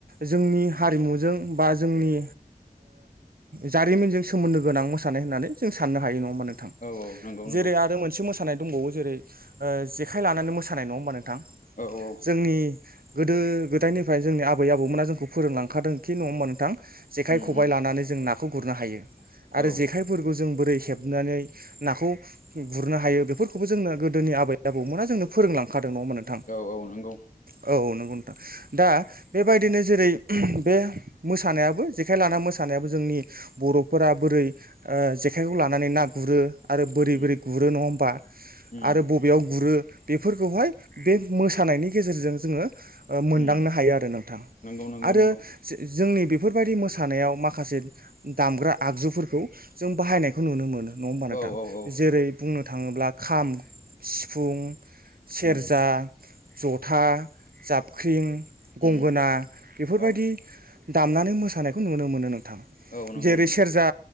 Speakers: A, on the right; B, on the left.
A: जोंनि हारिमुजों बा जोंनि जारिमिनजों सोमोन्दो गोनां मोसानाय होननानै जों साननो हायो नङा। नोंथां।
B: औ औ नंगौ नंगौ
A: जेरै आरो मोनसे मोसानाय दंबावो जेरै- जेखाइ लानानै मोसानाय नङा होमबा नोंथां
B: औ औ
A: जोंनि गोदो गोदायनिफ्राय जोंनि आबै आबौमोना जोंखौ फोरोंलांखादों खि नङा होमबा नोंथां? जेखाइ
B: उम
A: खबाइ
B: उम
A: लानानै जों नाखौ गुरनो हायो आरो
B: औ
A: जेखायफोरखौ बोरै हेबनानै नाखौ गुरनो हायो बेफोरखौबो जोंनो गोदोनि आबै आबौमोना जोंनो फोरोंलांखादों नङा होनबा नोंथां।
B: औ औ नंगौ
A: औ नंगौ नोंथां दा बेबायदिनो जेरै- बे मोसानायाबो जेखाइ लाना मोसानायाबो जोंनि बर'फोरा बोरै जेखाइखौ लानानै ना गुरो आरो बोरै
B: उम
A: बोरै गुरो नङा होमबा
B: उम
A: आरो बबेयाव गुरो बेफोरखौहाय बे मोसानायनि गेजेरजों जोङो मोनदांनो
B: उम
A: हायो आरो नोंथां
B: नंगौ नंगौ
A: आरो
B: नंगौ
A: जोंनि बेफोरबायाददि मोसानायाव माखासे दामग्रा आगजुफोरखौ जों बाहायनायखौ नुनो मोनो नङा होमबा नोंथां
B: औ औ औ
A: जेरै बुंनो थाङोब्ला खाम सिफुं सेरजा
B: उम
A: जथा जाबख्रिं गंगोना
B: उम
A: बेफोरबायदि
B: औ
A: दामनानै मोसानायखौ नुनो मोनो नोंथां
B: औ नंगौ
A: जेरै
B: नंगौ
A: सेरजा